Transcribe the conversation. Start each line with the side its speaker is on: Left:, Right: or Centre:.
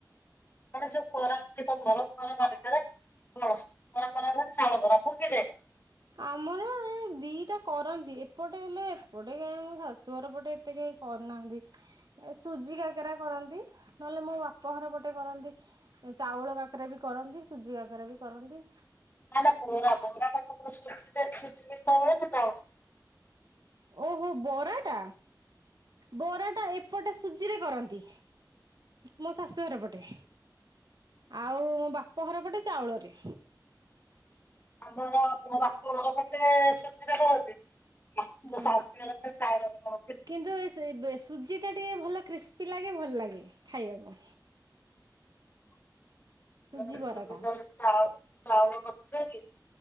Left: ମାନେ ଯୋଉ କରନ୍ତି ତମର <unintelligible> ମାଲିକାରେ କଣ ବରା କର ନା ଚାଉଳ ବରା ଫୁକି ଦେ।
Right: ଆମର ଏ ଦିଟା କରନ୍ତି ଏପଟେ ହେଲେ ଏପଟେ ଆମ ଶାଶୁ ଘର ପଟେ ଏତେ କେହି କରୁନାହାନ୍ତି ଏ ସୁଜି କାକେରା କରନ୍ତି ନହେଲେ ମୋ ବାପ ଘର ପଟେ କରନ୍ତି। ଏ ଚାଉଳ କାକରା ବି କରନ୍ତି ସୁଜି କାକରା ବି କରନ୍ତି।
Left: ନା ନା ବରା ବରା ଟା ତମର ସୁଜି <unintelligible> ନା ଚାଉଳ ରେ।
Right: ଓହୋ ବରାଟା ବରାଟା ଏପଟେ ସୁଜିରେ କରନ୍ତି ମୋ ଶାଶୁଘର ପଟେ। ଆଉ ମୋ ବାପ ଘର ପଟେ ଚାଉଳରେ।
Left: ଆମର ମୋ ବାପ ଘର ପଟେ ସୁଜିରେ କରନ୍ତି। <inaudible>
Right: ହୁଁ। କିନ୍ତୁ ଏ ସେ ସୁଜି ଟା ଟିକେ ଭଲ କ୍ରିସ୍ପି ଲାଗେ ଭଲ ଲାଗେ ଖାଇବାକୁ।
Left: <unintelligible>
Right: ସୁଜି
Left: ଚାଉଳ
Right: ବରାଟା
Left: କରିିବେ କି